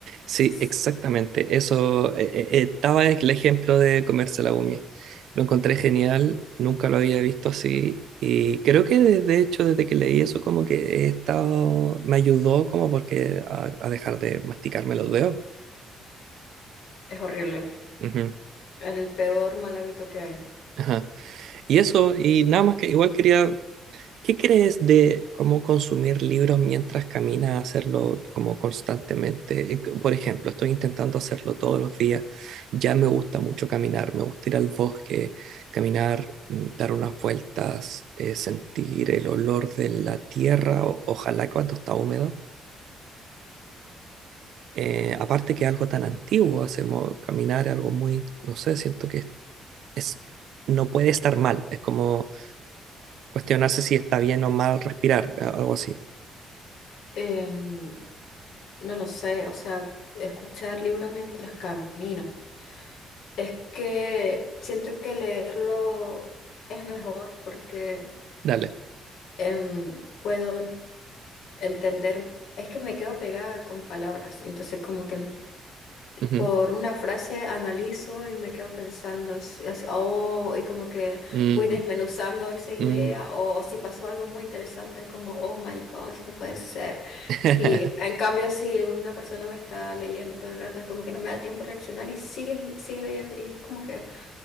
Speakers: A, on the right; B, on the left.
A: Sí,
B: Es,
A: exactamente. Eso eh, eh, eh, estaba el ejemplo de comerse la uña. Lo encontré genial, nunca lo había visto así. Y creo que de, de hecho desde que leí eso como que he estado, me ayudó como porque a, a dejar de masticarme los dedos.
B: es horrible.
A: Ujú,
B: El peor mal hábito que hay.
A: ajá. Y eso, y nada más que igual quería ¿Qué crees de cómo consumir libros mientras caminas, hacerlo como constantemente? Eh, c- Por ejemplo, estoy intentando hacerlo todos los días. Ya me gusta mucho caminar, me gusta ir al bosque, caminar, mm, dar unas vueltas, eh, sentir el olor de la tierra, o- ojalá cuando está húmedo. Eh, aparte que algo tan antiguo, hacemos caminar algo muy, no sé, siento que es, es- no puede estar mal. Es como cuestionarse si está bien o mal respirar, a- algo así.
B: Em, no lo sé. O sea, escuchar libro mientras camino. Es que siento que leerlo es mejor porque
A: Dale.
B: em, puedo en- entender. Es que me quedo pegada con palabras. Entonces, como que
A: Ujú.
B: Por una frase analizo y me quedo pensando, si- así, oh, y como que
A: Mm,
B: voy desmenuzando esa idea,
A: mm.
B: o si pasó algo muy interesante, es como, oh my gosh, no puede ser.
A: <laughs>
B: Y en cambio, si una persona me está leyendo todo el rato, es como que no me da tiempo a reaccionar y sigue, sigue leyendo, y es como que